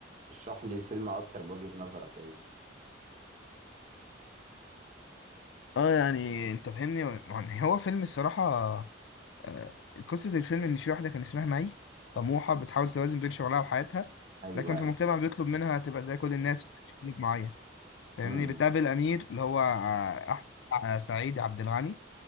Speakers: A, on the right (about 40°); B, on the left (about 70°).
A: اشرح لي الفيلم اكتر بوجهه نظرك يا يوسف
B: اه يعني انت فاهمني يعني هو فيلم الصراحة آه، قصة الفيلم إن في واحدة كان اسمها مي طموحة بتحاول توازن بين شغلها وحياتها
A: ايوه
B: لكن في
A: ايوه
B: مجتمع بيطلب منها تبقى زي كل الناس وتعيش في بيت معين فاهمني
A: امم امم
B: بتقابل أمير اللي هو آه، أحمد آه، سعيد عبد الغني